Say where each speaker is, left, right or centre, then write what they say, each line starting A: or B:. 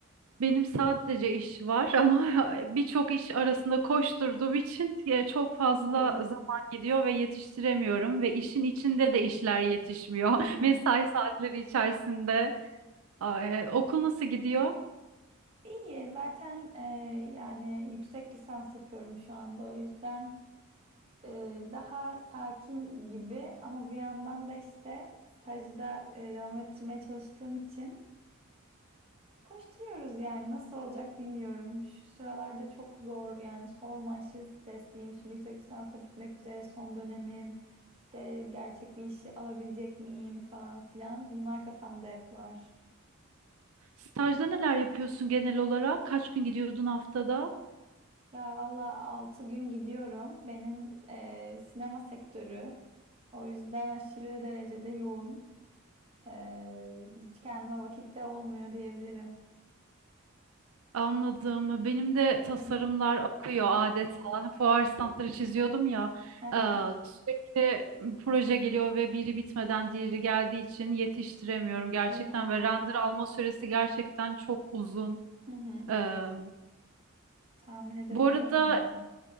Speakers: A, on the right (about 80°); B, on the right (about 25°).
A: Benim sadece iş var ama <laughs> birçok iş arasında koşturduğum için e, çok fazla
B: Hı hı.
A: zaman gidiyor ve yetiştiremiyorum ve işin içinde de işler yetişmiyor.
B: Hı hı.
A: <laughs> Mesai saatleri içerisinde. Aa, e, Okul nasıl gidiyor?
B: İyi. Zaten e, yani yüksek lisans yapıyorum şu anda. O yüzden e, daha sakin gibi ama bir yandan da işte stajda e, devam ettirmeye çalıştığım için Koşturuyoruz yani nasıl olacak bilmiyorum. Şu sıralarda çok zor yani sorma aşırı stresliyim. Şimdi yüksek lisans da bitmek üzere son dönemim. İşte gerçek bir işi alabilecek miyim falan filan. Bunlar kafamda hep var.
A: Stajda neler yapıyorsun genel olarak? Kaç gün gidiyordun haftada?
B: Ya valla 6 gün gidiyorum. Benim eee, sinema sektörü. O yüzden aşırı derecede yoğun. Eee, hiç kendime vakit de olmuyor diyebilirim.
A: Anladım. Benim de tasarımlar
B: Benim.
A: akıyor
B: Hı hı.
A: adeta. Fuar standları çiziyordum ya.
B: Hı hı.
A: eee, Sürekli proje geliyor ve biri bitmeden diğeri geldiği için yetiştiremiyorum gerçekten
B: Hı hı.
A: ve render alma süresi gerçekten çok uzun.
B: Hı hı.
A: Eee,
B: Tahmin edebiliyorum
A: Bu arada
B: ya.